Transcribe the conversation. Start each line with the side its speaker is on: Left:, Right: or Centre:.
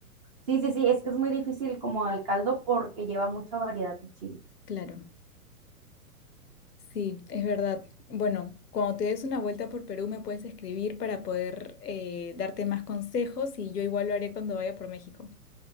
Right: Sí, sí, sí, es que es muy difícil como el caldo porque lleva mucha variedad de chiles.
Left: Claro, sí, es verdad. Bueno, cuando te des una vuelta por Perú me puedes escribir para poder eh, darte más consejos y yo igual lo haré cuando vaya por México.